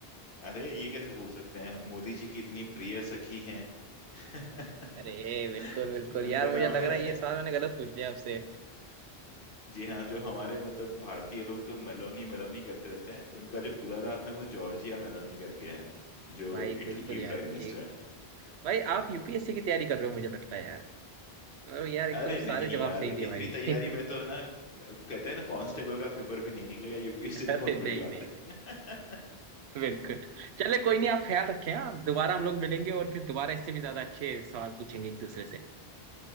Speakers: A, on the left; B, on the right.
A: अरे ये कैसे बोल सकते हैं मोदी जी की इतनी प्रिय सखी हैं <laughs>
B: अरे बिल्कुल बिल्कुल यार
A: उनका नाम
B: मुझे लग
A: है
B: रहा है ये सवाल मैंने गलत पूछ लिया आपसे
A: जी हाँ जो हमारे मतलब भारतीय लोग तो मेलोनी मेलोनी करते रहते हैं तो उनका जो पूरा नाम है वो जॉर्जिया मेलोनी करके है जो
B: भाई
A: इटली
B: बिल्कुल
A: की
B: यार
A: प्राइम मिनिस्टर
B: एक
A: है
B: भाई आप यूपीएससी की तैयारी कर रहे हो मुझे लगता है यार अरे यार एकदम
A: अरे नहीं
B: सारे जवाब
A: यार
B: सही
A: इतनी
B: दिए भाई
A: तैयारी
B: <laughs>
A: में तो है ना कहते हैं ना कांस्टेबल का पेपर भी नहीं निकलेगा यूपीएससी
B: अरे
A: तो बहुत बड़ी
B: नहीं
A: बात
B: नहीं
A: है <laughs>
B: बिल्कुल चले कोई नहीं आप ख्याल रखें आप दोबारा हम लोग मिलेंगे और फिर दोबारा इससे भी ज्यादा अच्छे सवाल पूछेंगे एक दूसरे से